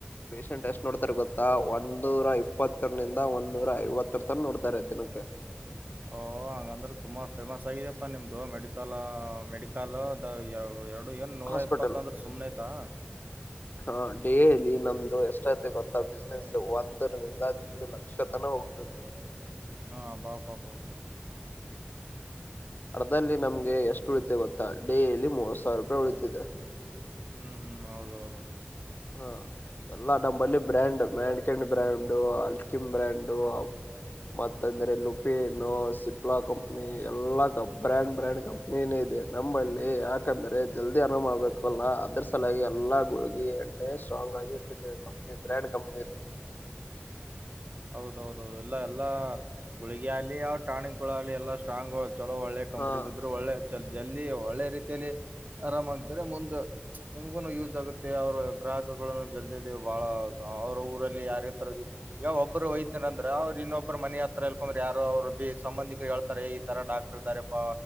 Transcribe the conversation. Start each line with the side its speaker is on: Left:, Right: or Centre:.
Left: ಪೇಶಂಟ್ ಎಷ್ಟ್ ನೋಡ್ತರೆ ಗೊತ್ತಾ ಒನ್ ಒನ್ನೂರ ಇಪ್ಪತ್ತರ್ ನಿಂದ ಒಂದ್ನೂರ ಐವತ್ತಿರ್ತರ್ ನೋಡ್ತಾರೆ ದಿನಕ್ಕೆ
Right: ಓ ಹಂಗಂದ್ರೆ ತುಂಬಾ ಫೇಮಸ್ ಆಗಿದ್ಯಪ್ಪಾ ನಿಮ್ದು ಮೆಡಿಕಲ್ಲು ಮೆಡಿಕಲು ಅದು ಎರಡು ಏನ್ ನೂರ
Left: ಹಾಸ್ಪಿಟಲ್
Right: ಇಪ್ಪತ್ತು ಅಂದ್ರೆ ಸುಮ್ನೆ ಆಯ್ತಾ
Left: ಹಾ ಡೇಲಿ ನಮ್ದು ಎಷ್ಟೈತಿ ಗೊತ್ತಾ ಬಿಸ್ನೆಸ್ಸು ಒಂದರಿಂದ ದೀಡ್ ಲಕ್ಷ ತನ ಹೋಗ್ತದೆ
Right: ಹಾ ಬಾಪಾಪಾ
Left: ಡದಲ್ಲಿ ನಮ್ಗೆ ಎಷ್ಟು ಉಳಿತ ಗೊತ್ತಾ ಡೇಯಲ್ಲಿ ಮೂವತ್ ಸಾವಿರ ರೂಪಾಯಿ ಉಳಿತಿದೆ
Right: ಹ್ಮ್ ಹ್ಮ್ ಹೌದೌದು
Left: ಹಾ ಎಲ್ಲಾ ನಮ್ಮಲ್ಲಿ
Right: ಮತ್ತೆ
Left: ಬ್ರ್ಯಾಂಡ್ ಮ್ಯಾಂಡ್ ಸಕೆಂಡ್ ಬ್ರ್ಯಾಂಡು ಅಲ್ಕಿಮ್ ಬ್ರ್ಯಾಂಡು ಮತ್ತ ಅಂದ್ರೆ ಲುಪಿನ್ನು ಸಿಪ್ಲಾ ಕಂಪ್ನಿ ಎಲ್ಲಾ ಬ್ರ್ಯಾಂಡ್ ಬ್ರ್ಯಾಂಡ್ ಕಂಪ್ನಿನೇ ಇದೆ ನಂಬಲ್ಲಿ ಯಾಕಂದ್ರೆ ಜಲ್ದಿ ಅನಮ ಆಬೇಕು ಅಲ್ಲ ಅದ್ರ ಸಲಾಗಿ ಎಲ್ಲಾ ಗುಳಗಿಣ ಮ ಸಂಗ್ ಆಗಿದ್ದ ಕಂಪನ ಬ್ರಾಂಡಂಡ ಕಂಪನದುು
Right: ಹೌ ಹೌದೌದು ಎಲ್ಲ ಎಲ್ಲಾ ಗುಳಿಗೆಯಲ್ಲಿ ಟಾಣಿಕ್ ಎಲ್ಲಾ ಸ್ಟ್ರಾಂಗ್ ಆ ಚಲೋ ಒಳ್ಳೆ ಕಂಪ್ನ
Left: ಹಾ
Right: ಇದ ಇದ್ರು ಒಳ್ಳೆ ಜಲ್ದಿ ಒಳ್ಳೆ ರೀತಿಯಲ್ಲಿ ಆರಾಮಾಗಿದ್ರೆ ಮುಂದೆ ನಿಮ್ಗುನು ಯೂಸ್ ಆಗುತ್ತೆ ಅವರು ಗ್ರಾಹಕಗಳುನು ಜಲ್ದ ಬಹಳ ಅವರ ಊರಲ್ಲಿ ಯಾರತರ ಈಗ ಒಬ್ಬ ಒಬ್ಬರು ವೈದ್ಯರ ಅಂದ್ರೆ ಅವರು ಇನ್ನೊಬ್ಬರ ಮನೆ ಹತ್ರ ಹೇಳ್ಕೊಂಡ್ರೆ ಯಾರು ಅವರು ಸಂಬಂಧಿಕರು ಹೇಳ್ತಾರೆ ಈ ತರ ಡಾಕ್ಟರ್ ಇದಾರೆಪ್ಪ